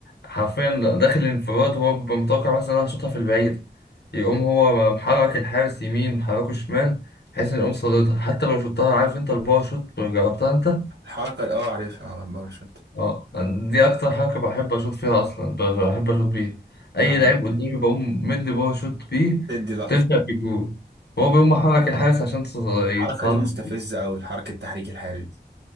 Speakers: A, on the left (about 70°); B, on the right (about 80°).
A: حرفيا داخل الانفراد هو بيبقى متوقع مثلا انا هشوطها في البعيد يقوم هو محرك الحارس يمين محركه شمال بحيث ان يقوم صاددها حتى لو شوطها عارف انت الباور شوت جربتها انت
B: الحركة اه عارفها على الباور شوت
A: اه دي اكتر حاجه بحب اشوط فيها اصلا ب- بحب اشوط بيها اي
B: عارف.
A: لعيب قدامي بقوم مدي بقى شوت بيه
B: تدي لقطة
A: بتفشل في الجول هو بيقوم محرك الحارس عشان تص-
B: الحركة
A: يتصد
B: دي مستفزة أوي الحركة التحريك الحرج دي